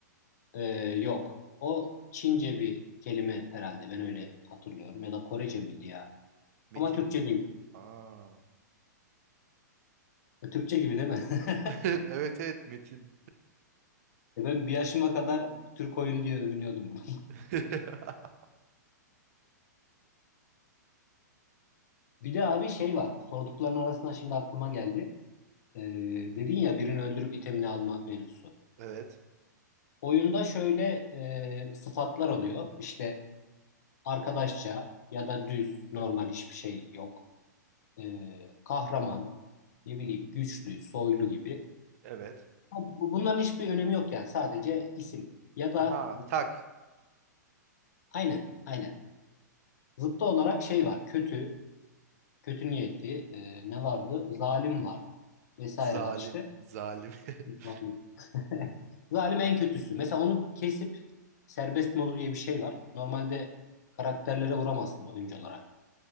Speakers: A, on the left (about 60°); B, on the right (about 55°).
A: Ee, yok. O Çince bir kelime herhalde. Ben öyle hatırlıyorum. Ya da Korece miydi ya?
B: Metin.
A: Ama Türkçe değil.
B: Aa.
A: E, Türkçe gibi değil mi? <laughs>
B: <laughs> Evet evet Metin.
A: E, Ben bir yaşıma kadar Türk oyunu diye övünüyordum bunu.
B: <laughs>
A: <laughs> Bir de abi şey var. Sordukların arasında şimdi aklıma geldi. Ee, dedin ya birini öldürüp itemini alma mevzusu.
B: Evet.
A: Oyunda şöyle e, sıfatlar oluyor. İşte Arkadaşça ya da düz, normal hiçbir şey yok. Ee, kahraman, ne bileyim güçlü, soylu gibi.
B: Evet.
A: Bu- Bunların hiçbir önemi yok yani sadece isim. Ya da
B: Aha tak.
A: aynen, aynen. Zıttı olarak şey var, kötü, kötü niyetli, e, ne vardı? Zalim var vesaire
B: Zalim.
A: var işte.
B: Zalim. <laughs>
A: Zalim. <laughs> Zalim en kötüsü. Mesela onu kesip serbest modu diye bir şey var. Normalde karakterlere vuramazsın oyunculara